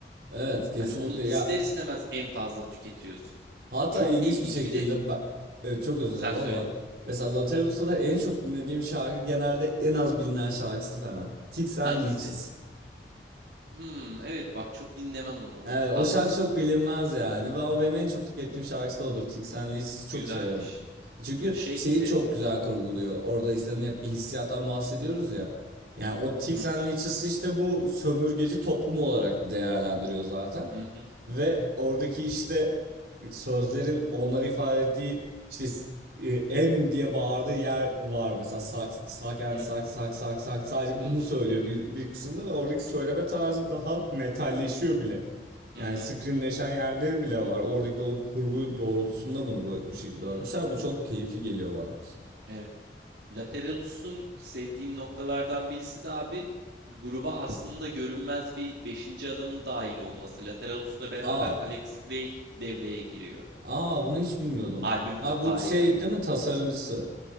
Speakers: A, on the right; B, on the right.
A: Evet kesinlikle
B: Hani onu
A: ya
B: ister istemez en fazla tüketiyorsun.
A: hatta
B: Çok
A: ilginç
B: ilginç.
A: bir şekilde
B: Bir de
A: ben, e, çok özür
B: sen
A: dilerim
B: söyle.
A: ama mesela Lateralus'ta da en çok dinlediğim şarkı genelde en az bilinen şarkısı falan. Ticks and
B: Hangisi?
A: Leeches.
B: Hmm, evet bak çok dinlemem onu.
A: Evet,
B: Haklısın.
A: o şarkı çok bilinmez yani ve o benim en çok tükettiğim şarkısı da odur. Tixen Liz
B: Güzelmiş.
A: çok severim. Çünkü
B: Şey,
A: şeyi
B: e,
A: çok güzel kurguluyor. Orada işte hep bir hissiyattan bahsediyoruz ya. Yani o Tixen
B: hı hı
A: Liz'isi işte bu sömürgeci toplum olarak değerlendiriyor zaten.
B: hı hı
A: Ve oradaki işte sözlerin onları ifade ettiği işte e, M diye bağırdığı yer var mesela sak sak and
B: hı
A: sak
B: hı
A: sak sak sak sadece
B: hı
A: bunu
B: hı
A: söylüyor
B: hı
A: bir, bir kısımda ve oradaki söyleme tarzı daha metalleşiyor bile.
B: hı
A: Yani
B: hı.
A: scrimleşen yerleri bile var. Oradaki o kurgu doğrultusunda bunu bö- bu şekilde
B: hı.
A: örmüşler. Bu çok keyifli geliyor bana.
B: Evet. Lateralus'un sevdiğim noktalardan birisi de abi gruba aslında görünmez bir beşinci adamın dahil olması. Lateralus'la beraber
A: Aa,
B: Alex Gray devreye giriyor.
A: aa bunu hiç bilmiyordum.
B: Albüm
A: Aa
B: kapağıyla.
A: bu şey değil mi tasarımcısı?